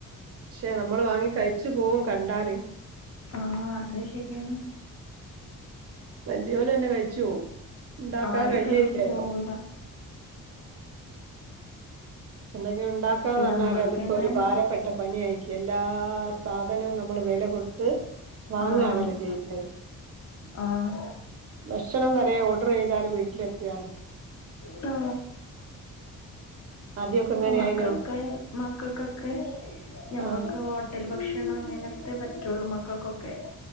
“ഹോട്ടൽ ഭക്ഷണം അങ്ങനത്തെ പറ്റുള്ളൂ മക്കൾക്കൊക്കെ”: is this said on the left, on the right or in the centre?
Left